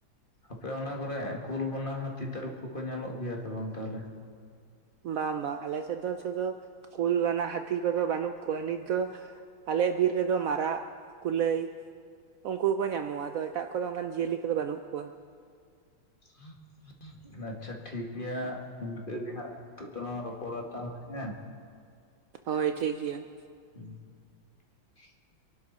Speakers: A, on the left (about 25°); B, on the right (about 85°).
A: ᱟᱯᱮ ᱚᱱᱟ ᱠᱚᱨᱮ ᱠᱩᱞ ᱚᱱᱟ ᱦᱟᱹᱛᱤ ᱛᱟᱹᱨᱩᱵ ᱠᱚᱠᱚ ᱧᱮᱞᱚᱜ ᱜᱮᱭᱟ ᱥᱮ ᱵᱟᱝ ᱛᱟᱦᱚᱞᱮ?
B: ᱵᱟᱝ ᱵᱟᱝ ᱟᱞᱮ ᱥᱮᱫ ᱫᱚ ᱥᱩᱫᱷᱩ ᱠᱩᱞ ᱵᱟᱱᱟ ᱦᱟᱹᱛᱤ ᱠᱚᱫᱚ ᱵᱟᱹᱱᱩᱜ ᱠᱚᱣᱟ ᱱᱤᱛ ᱫᱚ᱾ ᱟᱞᱮᱭᱟᱜ ᱵᱤᱨ ᱨᱮᱫᱚ ᱢᱟᱨᱟᱜ ᱠᱩᱞᱟᱹᱭ ᱩᱱᱠᱩ ᱠᱚ ᱧᱟᱢᱚᱜ-ᱟ ᱟᱫᱚ ᱮᱴᱟᱜ ᱠᱚᱫᱚ ᱚᱱᱠᱟᱱ ᱡᱤᱭᱟᱹᱞᱤ ᱠᱚᱫᱚ ᱵᱟᱹᱱᱩᱜ ᱠᱚᱣᱟ᱾
A: <unintelligible> ᱟᱪᱪᱷᱟ ᱴᱷᱤᱠ ᱜᱮᱭᱟ ᱤᱱᱠᱟᱹ ᱜᱮ ᱦᱟᱸᱜ ᱱᱤᱛᱚᱜ ᱫᱚᱞᱟᱝ ᱨᱚᱯᱚᱲᱟ ᱛᱟᱦᱞᱮ ᱦᱮᱸ᱾
B: ᱦᱳᱭ ᱴᱷᱤᱠ ᱜᱮᱭᱟ ᱾
A: <unintelligible>